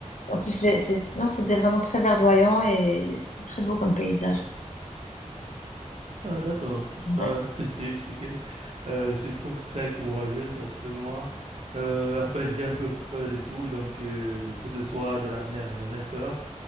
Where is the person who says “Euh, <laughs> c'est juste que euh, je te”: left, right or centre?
Right